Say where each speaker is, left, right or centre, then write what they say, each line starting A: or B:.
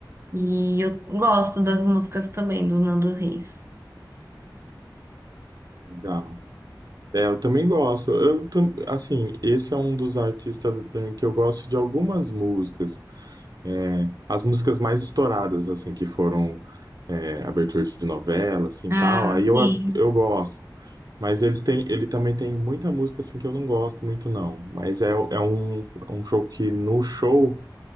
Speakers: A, on the right; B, on the right.
A: E eu gosto das músicas também do Nando Reis.
B: Legal. É, eu também gosto. Eu tam- assim, esse é um dos artistas pra mim que eu gosto de algumas músicas. É, as músicas mais estouradas, assim, que foram é, abertura de novela, assim,
A: Ah,
B: tal. Aí eu,
A: Sim.
B: eu gosto. Mas eles têm, ele também tem muita música assim que eu não gosto muito, não. Mas é, é um, é um show que no show